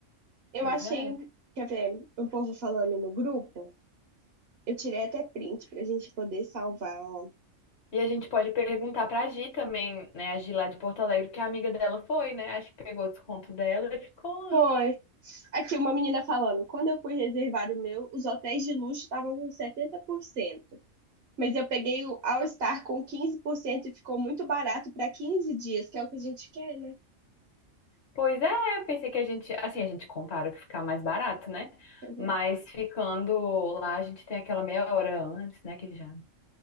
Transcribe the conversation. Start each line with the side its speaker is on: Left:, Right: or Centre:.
Right: Eu
Left: Pois
Right: achei,
Left: é.
Right: quer ver, um povo falando no grupo. Eu tirei até print pra gente poder salvar, ó.
Left: E a gente pode perguntar pra Gi também, né? A Gi lá de Porto Alegre, que a amiga dela foi, né? Acho que pegou o desconto dela e ficou
Right: Foi.
Left: lá.
Right: Aqui, uma menina falando, quando eu fui reservar o meu, os hotéis de luxo estavam com 70%, mas eu peguei o All Star com 15% e ficou muito barato para 15 dias, que é o que a gente quer, né?
Left: Pois é, Eu pensei que a gente, assim, a gente compara o que ficar mais barato, né?
Right: Deixa eu ver.
Left: Mas ficando lá, a gente tem aquela meia hora antes, né? Que já.